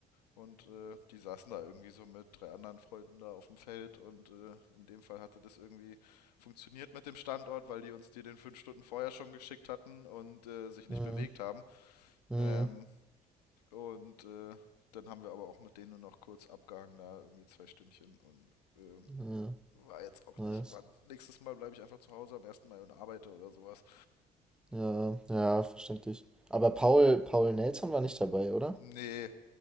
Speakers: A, on the left; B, in the centre.
A: Und äh, die saßen da irgendwie so mit drei anderen Freunden da auf dem Feld und äh, in dem Fall hatte das irgendwie funktioniert mit dem Standort, weil die uns die den fünf Stunden vorher schon geschickt hatten und äh, sich nicht
B: hm,
A: bewegt haben.
B: hm,
A: Ähm, und äh, dann haben wir aber auch mit denen nur noch kurz abgehangen, da irgendwie zwei Stündchen und ähm,
B: hm,
A: war jetzt auch
B: ja,
A: nicht.
B: nice.
A: War, nächstes Mal bleibe ich einfach zu Hause am ersten Mai und arbeite oder sowas.
B: Ja, ja, verständlich. Aber Paul, Paul Nelson war nicht dabei, oder?
A: Nee,